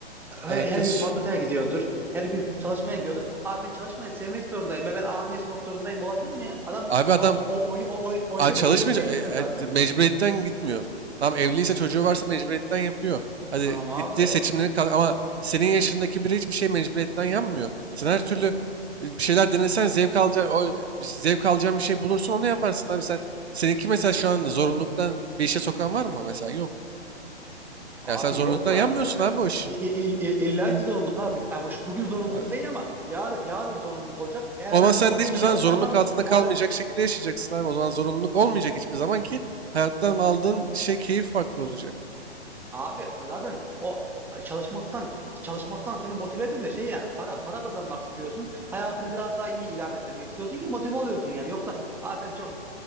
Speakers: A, in the centre; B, on the right.
A: her,
B: Alakası.
A: her gün fabrikaya gidiyordur. Her gün çalışmaya gidiyordur. Abi ben çalışmayı sevmek zorundayım ve ben anı yaşamak zorundayım olabilir mi ya? Adam
B: Abi adam
A: o o o o o, o
B: Aa,
A: işe
B: çalışmış.
A: mecburiyetten gidiyor zaten.
B: Mecburiyetten gitmiyor. Tamam evliyse çocuğu varsa mecburiyetten yapıyor. Hadi
A: Tamam abi.
B: gittiği seçimleri kal ama senin yaşındaki biri hiçbir şey mecburiyetten yapmıyor. Sen her türlü e, bir şeyler denesen zevk alacağın, o zevk alacağın bir şey bulursun onu yaparsın. Abi sen seninki mesela şu anda zorunluluktan bir işe sokan var mı mesela? Yok.
A: Abi
B: Ya sen zorunluluktan
A: yok da
B: yanmıyorsun
A: ya be-
B: abi o işi.
A: i- i- i- illa ki zorunluluk abi. Yani şu- bugün zorunluluk
B: Aa,
A: değil ama yarın yarın zorunluluk olacak. Eğer
B: O zaman
A: ben
B: sen
A: bugün
B: de
A: bu
B: hiçbir
A: işi
B: zaman
A: yapmazsam
B: zorunluluk altında
A: yarın
B: kalmayacak şekilde yaşayacaksın abi. O zaman zorunluluk olmayacak
A: A-
B: hiçbir zaman ki hayattan aldığın şey keyif farklı olacak.
A: abi zaten o e, çalışmaktan çalışmaktan seni motive eden de şey yani para para kazanmak istiyorsun. Hayatını biraz daha iyi idame ettirmek istiyorsun ki motive oluyorsun yani. Yoksa abi ben çok